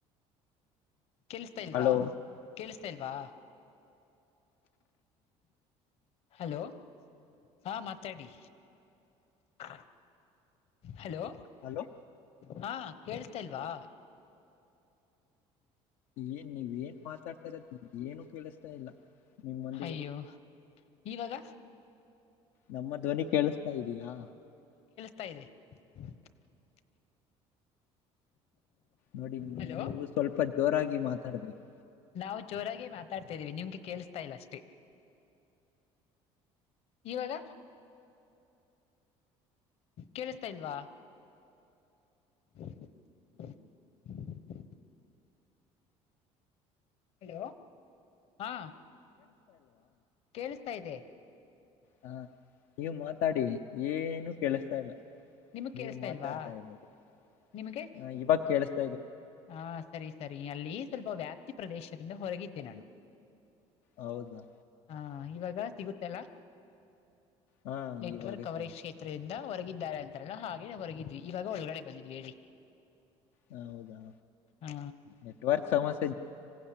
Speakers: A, on the left (about 55°); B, on the left (about 80°).
A: ಕೇಳ್ಸ್ತಾ ಇಲ್ವಾ
B: ಹಲೋ
A: ಕೇಳ್ಸ್ತಾ ಇಲ್ವಾ ಹಲೋ ಹಾ ಮಾತಾಡಿ. <unintelligible> ಹಲೋ
B: ಹಲೋ
A: ಹಾ ಕೇಳಸ್ತಾಲ್ವಾ.
B: ಏನ್ ನೀವ ಏನ್ ಮಾತಾಡ್ತಾರೋದು ಏನು ಕೇಳ್ಸ್ತಾ ಇಲ್ಲ ನಿಮ್ಮಂದಿಗೆ.
A: ಅಯ್ಯೋ ಇವಾಗ
B: ನಮ್ಮ ಧ್ವನಿ ಕೇಳಿಸತಾ ಇದೀಯಾ.
A: ತ ಇದೆ <unintelligible>
B: ನೋಡಿ <unintelligible>
A: ಹಲೋ
B: ನೀವು ಸ್ವಲ್ಪ ಜೋರಾಗಿ ಮಾತಾಡ್ಬೇಕು.
A: ನಾವು ಜೋರಾಗಿ ಮಾತಾಡ್ತಾ ಇದೀವಿ <unintelligible> ನಿಮ್ಗೆ ಕೇಳ್ಸ್ತಾ ಇಲ್ಲ ಅಷ್ಟೇ ಇವಾಗ ಕೇಳಿಸ್ತಾ ಇಲ್ವಾ <inaudible> ಹಲೋ ಹಾ ಕೇಳಿಸ್ತಾ ಇದೆ <unintelligible>
B: ಹಾ ನೀವ್ ಮಾತಾಡಿ ಏನು ಕೆೇಳಸ್ತಾ ಇಲ್ಲ.
A: ನಿಮಗ್
B: ನೀವ್
A: ಕೇಳಿಸ್ತಾ
B: ಮಾತಾಡ್ತಾ
A: ಇಲ್ವಾ
B: <unintelligible>
A: ನಿಮಗೆ
B: ಹ ಇವಾಗ <unintelligible>
A: ಹಾ ಸರಿ ಸರಿ ಅಲ್ಲಿ ಸ್ವಲ್ಪ ವ್ಯಾಪ್ತಿ ಪ್ರದೇಶದಿಂದ ಹೊರಗಿದ್ದೆ ನಾನು.
B: ಹೌದಾ
A: ಹಾ ಇವಾಗ ಸಿಗುತ್ತಲ್ಲ
B: ಹಾ
A: ನೆಟ್ವರ್ಕ್
B: ಇವಾಗ
A: ಕವರೇಜ್
B: ಸಿಗ
A: ಕ್ಷೇತ್ರದಿನ್ <unintelligible> <unintelligible> ಹೊರಗಿದ್ದಾರೆ ಅಂತಾರಲ್ಲ ಹಾಗಲೇ ಹೊರಗಿದ್ವಿ ಇವಾಗ ಒಳಗಡೆ ಬಂದಿದ್ವಿ ಹೇಳಿ.
B: ಹ ಹೌದಾ
A: ಹಾ
B: ನೆಟ್ವರ್ಕ್ ಸಮಸ್ <unintelligible>